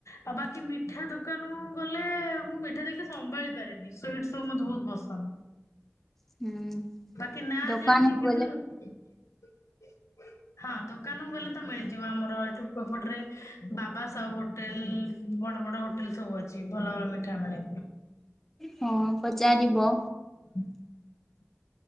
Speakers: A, on the left; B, in the centre.
A: ଆଉ ବାକି ମିଠା ଦୋ କାନ କୁ ଗଲେ ମୁଁ ଗଲେ ମୁଁ ମିଠା ଦେଖିଲେ ସମ୍ଭାଳି ପାରେନି ସୁଇଟ୍ସ୍ ସବୁ ମତେ ବହୁତ ପସନ୍ଦ।
B: ହୁଁ
A: ବାକି ନା
B: ଦୋକାନକୁ
A: ଜାଣିନି କିନ୍ତୁ
B: ଗଲେ
A: ହଁ ଦୋକ ଦୋକାନକୁ ଗଲେ ତ ମିଳିଯିବ ଆମର ଏଠୁ ପୋପଟରେ ବାବା ସାହୁ ହୋଟେଲ ବଡ ବଡ ହୋଟେଲ। ଲ୍ ସବୁ ଅଛି ଭଲ ଭଲ ମିଠା ମିଳେ।
B: ହଁ ପଚାରିବ?
A: <inaudible>